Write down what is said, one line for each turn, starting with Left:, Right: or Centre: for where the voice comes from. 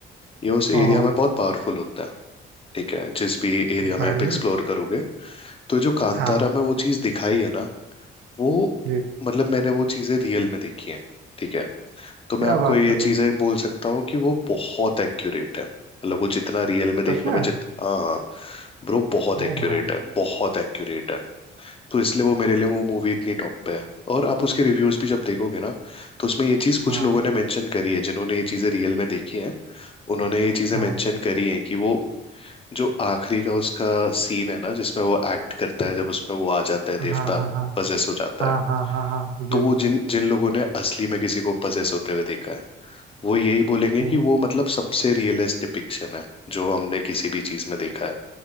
Left: ये उस एरिया
Right: ओहो
Left: में बहुत पावरफुल होता है ठीक है जिस भी एरिया में
Right: बढ़िया
Left: आप एक्सप्लोर करोगे तो जो कांतारा
Right: हाँ
Left: में वो चीज़ दिखाई है ना वो
Right: जी
Left: मतलब मैंने वो चीज़ें रियल में देखी हैं ठीक है तो मैं
Right: क्या
Left: आपको
Right: बात
Left: ये
Right: कर
Left: चीजें
Right: रहे हो
Left: बोल सकता हूँ कि वो बहुत एक्यूरेट है मतलब वो जितना रियल में देखने
Right: सच में
Left: में जित हाँ हाँ ब्रो बहुत
Right: ओ
Left: एक्यूरेट
Right: भाई
Left: है बहुत एक्यूरेट है तो इसलिए वो मेरे लिए वो मूवी इतनी टॉप पे है और आप उसके रिव्यूज भी जब देखोगे ना तो उसमें ये चीज
Right: हाँ
Left: कुछ लोगों ने मेंशन करी है जिन्होंने ये चीजें रियल में देखी हैं उन्होंने ये चीजें
Right: हाँ
Left: मेंशन करी हैं कि वो जो आखिरी का उसका सीन है ना जिसमें वो एक्ट करता है जब उसमें वो आ जाता है
Right: हाँ
Left: देवता
Right: हाँ हाँ
Left: पजेस हो जाता
Right: हाँ
Left: है
Right: हाँ हाँ हाँ जी
Left: तो वो
Right: जी जी
Left: जिन जिन लोगों ने असली में किसी को पजेस होते हुए देखा है वो यही बोलेंगे
Right: Oh
Left: कि वो मतलब सबसे रियलिस्ट डिपिक्शन है जो हमने किसी भी चीज में देखा है